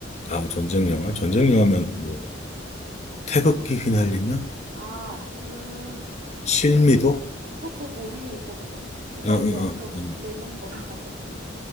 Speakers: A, on the left; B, on the right.
A: 아, 전쟁 영화? 전쟁
B: 네.
A: 영화면 뭐 태극기 휘날리며?
B: 아, 그,
A: 실미도?
B: 그, 그것도 재미있었죠. 근데
A: 어, 어,
B: 이제 좀
A: 어,
B: 예전 거라 <laughs>